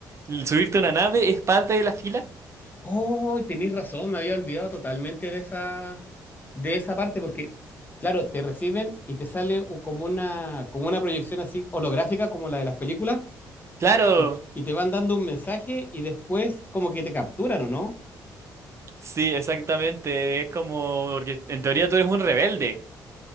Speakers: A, on the right; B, on the left.
A: El subirte a una nave es parte de la fila.
B: Oh, tenés razón, me había olvidado totalmente de esa, de esa parte, porque, claro, te reciben y te sale u- como una, como una proyección así holográfica, como la de las películas,
A: Claro,
B: y, y te van dando un mensaje y después como que te capturan, ¿o no?
A: sí, exactamente, es como, porque en teoría tú eres un rebelde.